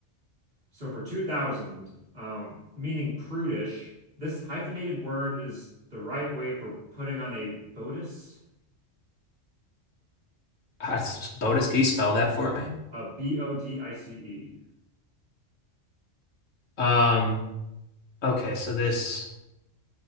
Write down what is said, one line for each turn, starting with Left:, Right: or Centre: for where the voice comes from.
Right: so for 2000, um, meaning prudish, this hyphenated word is the right way for putting on a bodice,
Left: Ah, Botus, can you spell that for me?
Right: a B-O-D-I-C-E.
Left: Um, okay, so this